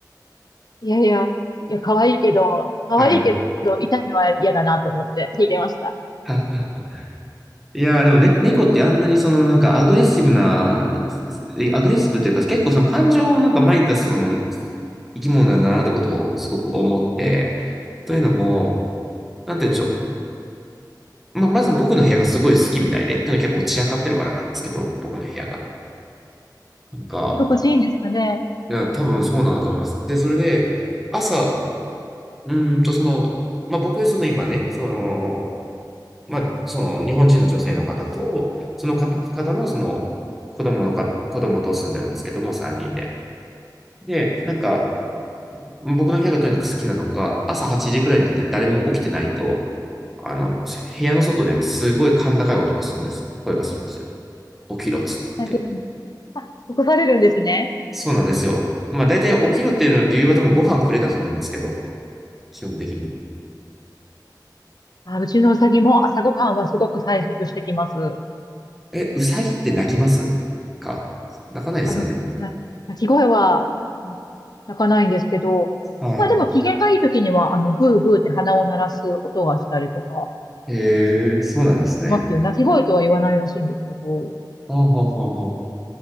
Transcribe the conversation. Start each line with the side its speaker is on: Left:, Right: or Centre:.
Left: いやいや、いや、可愛いけど、可愛いけど、
Centre: はい。
Left: 痛いのは嫌だなと思って聞いてました。
Centre: ははいやーでもね、猫ってあんなにそのなんかアグレッシブな、いアグレッシブというか結構その感情をなんか前に出すその生き物なんだなってことをすごく思って、というのも、なんて言うんでしょう。まあ、まず僕の部屋がすごい好きみたいで、というのは結構散らかってるからなんですけど、僕の部屋が。なんか、
Left: 心地いいんですかね
Centre: いや多分そうなんだと思います。で、それで、朝、うーんとその、まあ僕、その今ね、その、まあ、その日本人の女性の方と、その方、方のその子供のか、子供と住んでるんですけども、3人で。で、なんか、僕の部屋がとにかく好きなのか、朝8時くらいになって誰も起きてないと、あの、部屋の外ですごい甲高い音がするんです。声がするんですよ。起きろっつって言って。
Left: 泣いてるんあ、起こされるんですね。
Centre: そうなんですよ。まあ、大体起きろっていうの理由は多分ご飯くれたと思うんですけど、基本的に。
Left: あ、うちのうさぎも朝ごはんはすごく催促してきます。
Centre: え、うさぎって泣きますか泣かないですよね。
Left: あの、な、鳴き声はうん鳴かないんですけど、
Centre: はい。
Left: まあでも機嫌がいい時には、あの、ブーブーって鼻を鳴らす音がしたりとか
Centre: へそうなんですね。
Left: しますよ。鳴き声とは言わないらしいんですけど。
Centre: ほうほうほうほう。